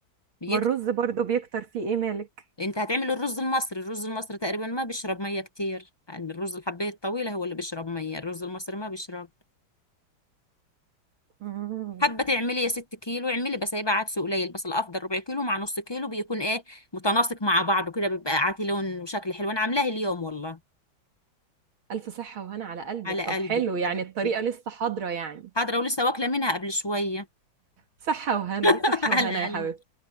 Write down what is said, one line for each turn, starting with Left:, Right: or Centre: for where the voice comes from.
Left: بيكتر
Right: ما الرز برضو بيكتر فيه ايه مالك
Left: انت هتعمل الرز المصري الرز المصري تقريبا ما بيشرب مية كتير يعني الرز الحباية الطويلة هو اللي بيشرب مية الرز المصري ما بيشرب
Right: مم.
Left: حابه تعملي يا ست كيلو اعملي بس هيبقى عدس قليل بس الافضل ربع كيلو مع نص كيلو بيكون ايه متناسق مع بعضه كده بيبقى عاتي لون وشكل حلو انا عاملاه اليوم والله
Right: ألف صحة وهنا على قلبك
Left: على
Right: طب
Left: قلبك
Right: حلو يعني
Left: حبيبتي
Right: الطريقة لسه حاضرة يعني
Left: حاضره ولسه واكله منها قبل شويه
Right: صحة وهنا
Left: <laughs>
Right: صحة
Left: على
Right: وهنا يا
Left: قلبي
Right: حبيبتي